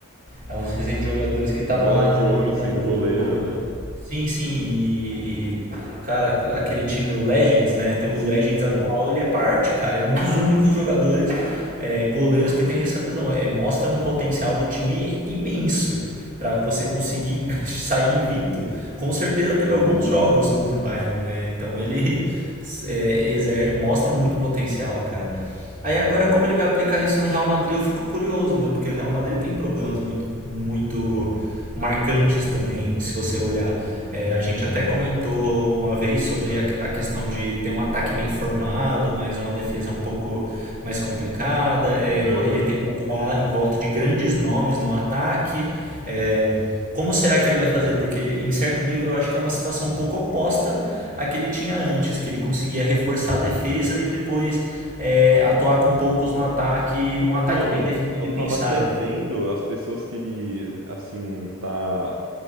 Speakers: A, on the right (about 40°); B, on the right (about 80°).
A: é um dos recentes jogadores que tava
B: A bola
A: na,
B: de
A: na
B: ouro
A: lista
B: sendo
A: do.
B: goleiro, né?
A: Sim, sim, e, e, cara, aquele time, o Legends, né? tem- O
B: Sim,
A: Legends atual, ele é parte, cara. É um dos únicos jogadores, é, goleiros que tem essa visão. É, mostra um potencial do time imenso pra você conseguir <laughs> sair invicto. Com certeza teve alguns jogos contra o Bayern, né? Então ele é, exer- mostra muito potencial, cara. Aí agora como ele vai aplicar isso no Real Madrid, eu fico curioso, né? Porque o Real Madrid tem problemas muito, muito marcantes também, se você olhar. É, a gente até comentou uma vez sobre a, a questão de ter um ataque bem formado, mas uma defesa um pouco mais complicada. É,
B: aham.
A: vo- ele tem que atuar em volta de grandes nomes no ataque. É, como será que ele vai fazer? Porque, em certo nível, eu acho que é uma situação um pouco oposta à que ele tinha antes, que ele conseguia reforçar a defesa e depois é, atuar com poucos no ataque,
B: Então,
A: num ataque bem definido
B: eu tava
A: e pensado.
B: até vendo as pessoas que ele, assim, tá,